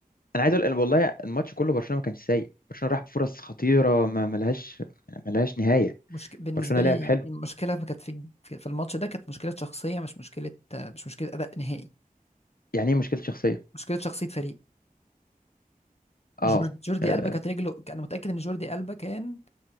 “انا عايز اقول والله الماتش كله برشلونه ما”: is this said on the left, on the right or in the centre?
Left